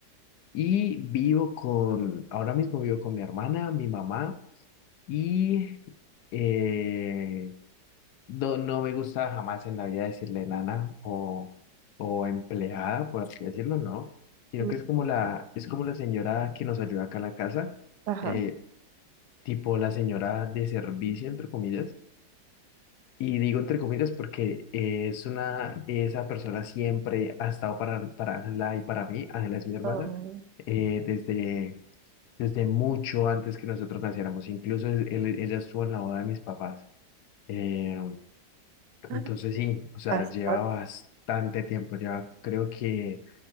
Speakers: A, on the left; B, on the right.
A: Y vivo con, ahora mismo vivo con mi hermana, mi mamá y eh, no, no me gusta jamás en la vida decirle nana o, o empleada, por así decirlo, no, sino
B: mm,
A: que es como la, es como la señora que nos ayuda acá en la casa,
B: Ajá.
A: eh, tipo la señora de servicio, entre comillas. Y digo entre comillas porque es una, esa persona siempre ha estado para, para Ángela y para mí, Ángela es mi hermana,
B: Oh,
A: eh, desde desde mucho antes que nosotros naciéramos. Incluso es- él- ella estuvo en la boda de mis papás. Eh,
B: ah,
A: entonces sí, o sea,
B: bastante.
A: lleva bastante tiempo. Lleva, creo que,